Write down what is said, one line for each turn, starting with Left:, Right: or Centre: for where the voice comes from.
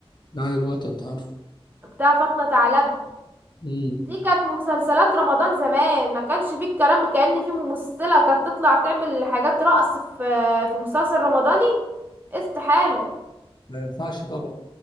Left: نهاية الوطن عارفه
Right: بتاع فاطمة ثعلبة
Left: امم
Right: دي كانت مسلسلات رمضان زمان ما كانش فيه الكلام كأن فيه ممثلة كانت تطلع تعمل حاجات رقص في في مسلسل رمضاني استحالة
Left: ما ينفعش طبعا